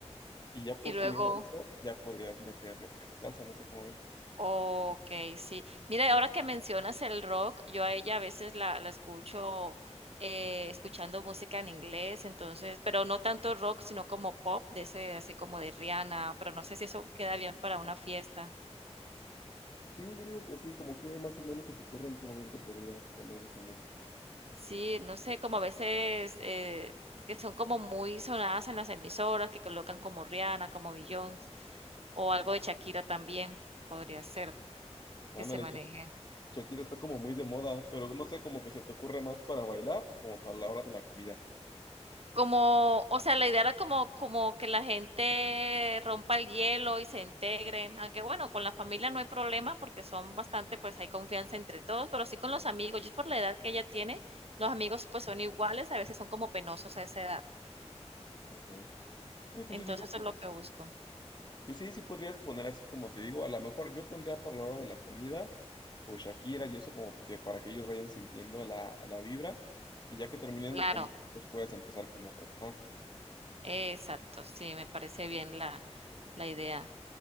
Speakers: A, on the left; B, on the right.
A: y ya posterior
B: Y luego
A: a eso ya podrías meter lo que es la salsa, no sé cómo ves.
B: okey, sí. Mira, ahora que mencionas el rock, yo a ella a veces la la escucho, eh, escuchando música en inglés, entonces, pero no tanto rock, sino como pop, de ese así como de Rihanna, pero no sé si eso queda bien para una fiesta.
A: Sí, yo digo que sí, como que más o menos se te ocurre en qué momento podrías poner esa música.
B: Sí, no sé, como a veces, eh, que son como muy sonadas en las emisoras, que colocan como Rihanna, como Beyoncé, o algo de Shakira también podría ser
A: Ándale,
B: que se maneje.
A: Sha- Shakira está como muy de moda, pero no sé, como que se te ocurre más para bailar o como para la hora de la comida.
B: Como, o sea, la idea era como como que la gente rompa el hielo y se integren, aunque bueno, con la familia no hay problema porque son bastante, pues hay confianza entre todos, pero sí con los amigos. Yo es por la edad que ella tiene, los amigos pues son iguales, a veces son como penosos a esa edad.
A: Ajá. Sí, pues
B: Entonces
A: yo digo
B: eso
A: que,
B: es lo que busco.
A: pues sí, sí podrías poner así como te digo, a lo mejor yo pondría para la hora de la comida, pues Shakira y eso como que para que ellos vayan sintiendo la, la vibra y ya que terminen
B: Claro.
A: de comer, pues puedes empezar con el reggaetón.
B: Exacto, sí, me parece bien la, la idea.